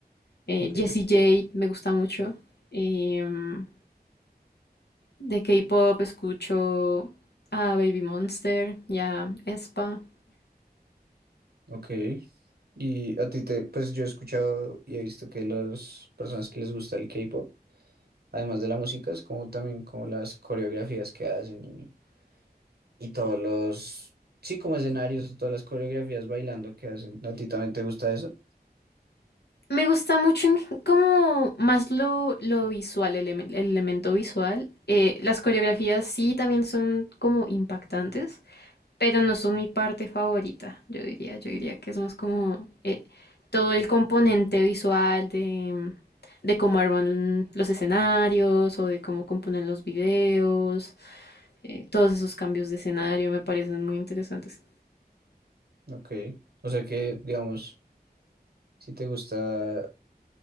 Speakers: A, on the left; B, on the right.
A: Eh,
B: Ok,
A: Jessie J me gusta mucho. Em, de K-pop escucho a Baby Monster y a aespa.
B: ok. Y a ti te, pues yo he escuchado y he visto que las personas que les gusta el K-pop, además de la música, es como también como las coreografías que hacen y todos los, sí, como escenarios, todas las coreografías bailando que hacen. ¿A ti también te gusta eso?
A: Me gusta mucho en gen- como más lo, lo visual, el, emen- el elemento visual. Eh, las coreografías sí también son como impactantes. pero no son mi parte favorita, yo diría, yo diría que es más como eh, todo el componente visual de, de cómo arman los escenarios o de cómo componen los videos, eh, todos esos cambios de escenario me parecen muy interesantes.
B: Ok. O sea que, digamos, si te gusta,